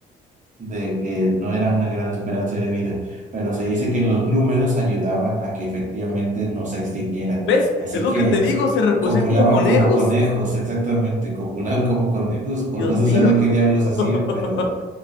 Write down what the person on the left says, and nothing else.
<laughs> ¿Ves?
Es lo
que te digo. Se reproducían
como conejos.
Dios
mío.
<laughs>